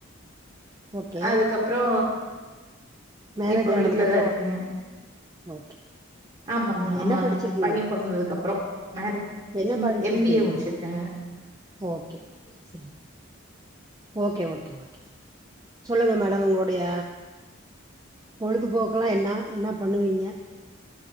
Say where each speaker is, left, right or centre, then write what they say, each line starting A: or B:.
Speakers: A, on the right (about 20°); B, on the right (about 35°).
A: ஓகே
B: அதுக்கப்புறோ
A: மேரேஜ்
B: இப்ப
A: ஆனதுக்கு
B: வீட்லதா
A: அப்புறோ
B: இருக்கங்க
A: ஒர்க் ஓகே
B: ஆமாங்க
A: ஆ
B: ஆமாங்க
A: என்ன படிச்சிருக்கீங்க
B: பைய பொறந்ததுக்கு அப்புறோ மேரேஜ்
A: என்ன படிச்சிருக்கீங்க
B: எம் பி ஏ முடுச்சுருக்கங்க
A: ஓகே சேரி சேரி ஓகே ஓகே ஓகே சொல்லுங்க மேடம் உங்களுடைய பொழுதுபோக்குல்லா என்ன என்ன பண்ணுவீங்க